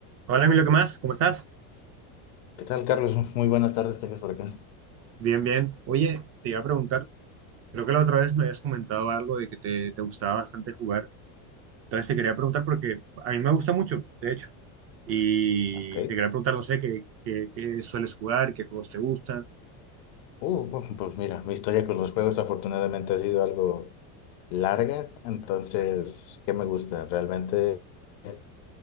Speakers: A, on the right; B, on the left.
A: Hola Emilio, ¿qué más? ¿Cómo estás?
B: ¿Qué tal, Carlos? Muy buenas tardes, tengas por acá.
A: Bien, bien. Oye, te iba a preguntar, creo que la otra vez me habías comentado algo de que te, te gustaba bastante jugar. Entonces te quería preguntar porque a mí me gusta mucho, de hecho. Y
B: Ok.
A: te quería preguntar, no sé, qué, qué, qué sueles jugar, qué juegos te gustan,
B: Uh, bueno, pues mira, mi historia con los juegos afortunadamente ha sido algo larga, entonces, ¿qué me gusta? Realmente eh,